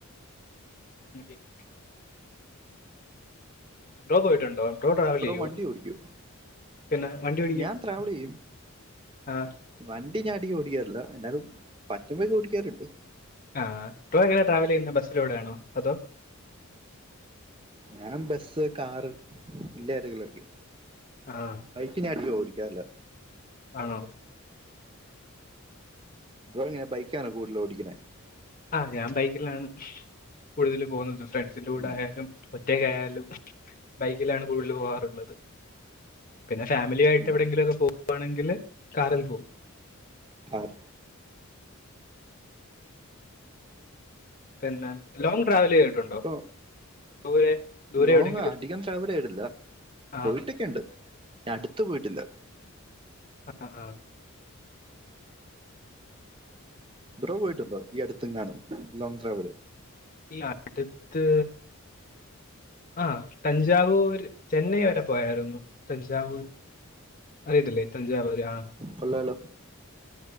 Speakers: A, on the left (about 40°); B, on the right (about 25°).
A: ഉം <unintelligible> ബ്രോ പോയിട്ടുണ്ടോ ബ്രോ ട്രാവൽ ചെയ്യോ
B: വണ്ടി ഓടിക്കുവോ
A: പിന്നെ വണ്ടി ഓടിക്കും
B: ഞാൻ ട്രാവൽ ചെയ്യും
A: ആഹ്
B: വണ്ടി ഞാൻ അധികം ഓടിക്കാറില്ല എന്നാലും പറ്റുമ്പോ ഒക്കെ ഓടിക്കാറുണ്ട്
A: ആഹ് ബ്രോ എങ്ങനെ ട്രാവൽ ചെയ്യുന്നെ ബസ്സിലൂടെയാണോ അതോ
B: ഞാൻ ബസ് കാറ് ഇതിലേതെലൊക്കെ
A: ആഹ
B: ബൈക്ക് ഞാൻ ഓടിക്കാറില്ല
A: ആണോ
B: ബ്രോ എങ്ങനെ ബൈക്കാണോ കൂടുതൽ ഓടിക്കണേ
A: ആഹ ഞാൻ ബൈക്കിലാണ് കൂടുതൽ പോകുന്നത് ഫ്രണ്ട്സിന്റെറെ കൂടെ
B: ഉം
A: ആയാലും ഒറ്റക്കായാലും ബൈക്കിലാണ് കൂടുതൽ പോകാറുള്ളത് പിന്നെ ഫാമിലി ആയിട്ട്
B: ഉം
A: എവിടെയെങ്കിലു ഒക്കെ പോവുവാണെങ്കിൽ കാറിൽ പോകും
B: ആർ
A: പിന്നെ ലോങ് ട്രാവൽ ചെയ്തിട്ടുണ്ടോ
B: ഇപ്പൊ
A: ദൂരെ ദൂരെ
B: ലോങ്
A: എവിടെയെങ്കിലും
B: അധികം ട്രാവൽ ചെയ്തിട്ടില്ല
A: ആ
B: പോയിട്ടൊക്കെയുണ്ട് അടുത്ത് പോയിട്ടില്ല
A: ആഹ ആഹ്
B: ബ്രോ പോയിട്ടുണ്ടോ ഈ അടുത്തെങ്ങാനും ലോങ് ഡ്രാവൽ
A: ഇല്ല അടുത്ത് ആഹ തഞ്ചാവൂർ ചെന്നൈ വരെ പോയാരുന്നു തഞ്ചാവൂർ അറിയത്തില്ലേ തഞ്ചാവൂർ ആഹ
B: കൊള്ളാല്ലോ